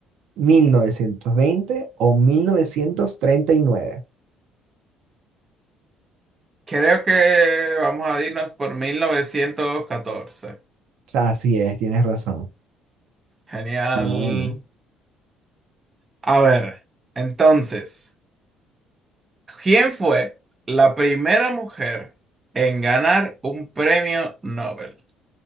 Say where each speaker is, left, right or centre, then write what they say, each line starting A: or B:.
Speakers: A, on the right; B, on the right.
A: mil novecientos veinte o 1939?
B: Creo que vamos a irnos por 1914.
A: Así es, tienes razón.
B: Genial.
A: Buena.
B: A ver, entonces, ¿quién fue la primera mujer en ganar un premio Nobel?